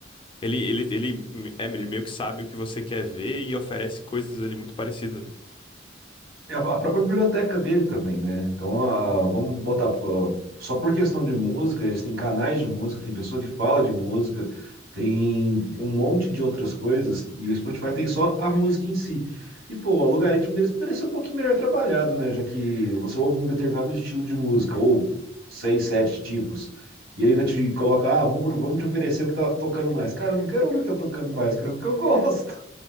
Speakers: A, on the left (about 25°); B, on the right (about 85°).
A: Ele, ele, ele, é, ele meio que sabe o que você quer ver e oferece coisas ali muito parecidas, né?
B: É a a própria biblioteca dele também, né? Então, a- vamos botar ó, só por questão de música, eles têm canais de música, tem pessoa que fala de música, tem um monte de outras coisas, e o Spotify tem só a música em si. E, pô, o algoritmo deles poderia ser um pouquinho melhor trabalhado, né? Já que você ouve um determinado estilo de música, ou seis, sete tipos, e ele ainda te coloca, ah, vamos, vamos te oferecer o que tá tocando mais. Cara, eu não quero ouvir o que tá tocando mais, eu quero ouvir o que eu gosto.